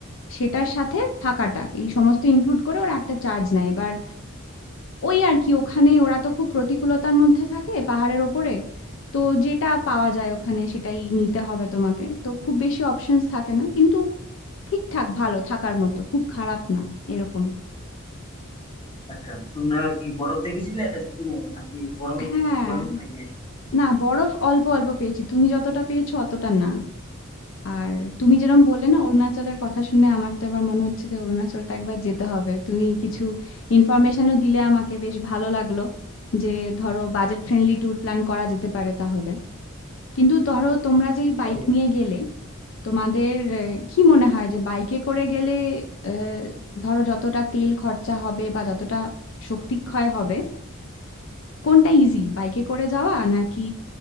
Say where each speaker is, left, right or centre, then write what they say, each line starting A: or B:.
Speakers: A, on the left; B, on the left.
A: সেটার সাথে থাকাটা এই সমস্ত ইনক্লুড করে ওরা একটা চার্জ নেয় এবার ওই আর কি ওখানে ওরা তো খুব প্রতিকূলতার মধ্যে থাকে পাহাড়ের ওপরে তো যেটা পাওয়া যায় ওখানে সেটাই নিতে হবে তোমাকে তো খুব বেশি অপশনস থাকে না কিন্তু ঠিকঠাক ভালো থাকার মতো খুব খারাপ না এরকম
B: আচ্ছা তোমরা কি বরফ দেখেছিলে সিকিমে নাকি গরমে
A: হ্যাঁ
B: গরমের দিনে গিয়েছো
A: না বরফ অল্প অল্প পেয়েছি তুমি যতটা পেয়েছো অতটা না আর তুমি যেরকম বললে না অরুণাচলের কথা শুনে আমার তো এবার মনে হচ্ছে যে অরুণাচলটা একবার যেতে হবে তুমি কিছু ইনফরমেশনও দিলে আমাকে বেশ ভালো লাগলো যে ধরো বাজেট ফ্রেন্ডলি ট্যুর প্ল্যান করা যেতে পারে তাহলে কিন্তু ধরো তোমরা যেই
B: হ্যাঁ
A: বাইক
B: হ্যাঁ
A: নিয়ে গেলে তোমাদের আহ, কি মনে হয় যে বাইকে করে গেলে আহ, ধরো যতটা তেল খরচা হবে বা যতটা শক্তি ক্ষয় হবে কোনটা ইজি বাইকে করে যাওয়া নাকি